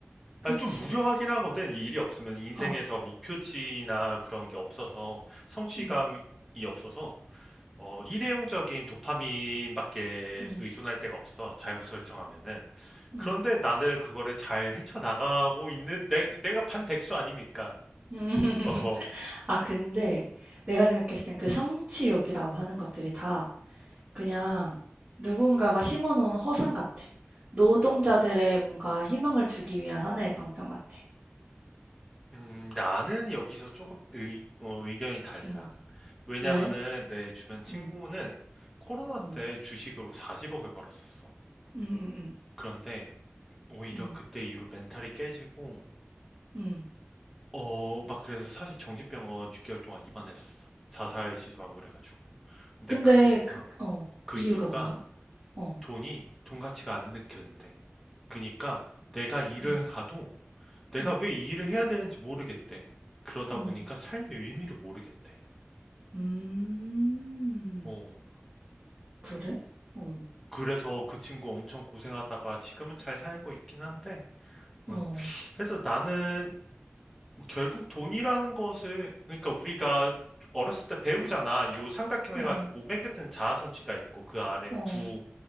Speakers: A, on the right; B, in the centre.
A: 그치.
B: 아, 좀 무료하긴 하거든. 이 일이 없으면 인생에서
A: 어,
B: 목표치나 그런 게 없어서 성취감이
A: 음,
B: 없어서 어, 일회용적인 도파민밖에
A: 음,
B: 의존할 데가 없어. 잘못 설정하면은.
A: 음.
B: 그런데 나는 그거를 잘 헤쳐나가고 있는 내, 내가 반 백수 아닙니까?
A: 음. <laughs>
B: 어,
A: 아, 근데 내가 생각했을 땐 그 성취욕이라고 하는 것들이 다 그냥 누군가가 심어놓은 허상 같아. 노동자들의 뭔가 희망을 주기 위한 하나의 방편 같아.
B: 음, 나는 여기서 조금 의, 어, 의견이 달라.
A: 응.
B: 왜냐면은
A: 왜?
B: 내 주변 친구는
A: 응.
B: 코로나
A: 응.
B: 때 주식으로 40억을 벌었었어.
A: 응. 응. 응.
B: 그런데 오히려
A: 응.
B: 그때 이후로 멘탈이 깨지고
A: 응.
B: 어, 막 그래서 사실 정신병원 6개월 동안 입원했었어. 자살 시도하고 그래가지고. 근데
A: 근데
B: 그, 이-
A: 그,
B: 어,
A: 어,
B: 그
A: 이유가
B: 이유가
A: 뭐야? 어.
B: 돈이 돈 가치가 안 느껴진대. 그니까 내가 일을
A: 응.
B: 가도 내가
A: 응.
B: 왜 이 일을 해야 되는지 모르겠대. 그러다
A: 응.
B: 보니까 삶의 의미를 모르겠대.
A: 음.
B: 어,
A: 그래? 어.
B: 그래서 그 친구 엄청 고생하다가 지금은 잘 살고 있긴 한데 음.
A: 어.
B: 그래서 나는 결국 돈이라는 것을, 그러니까 우리가 어렸을 때 배우잖아. 요 삼각형
A: 어.
B: 해가지고 맨 끝에는 자아성취가 있고 그 아래
A: 어.
B: 부,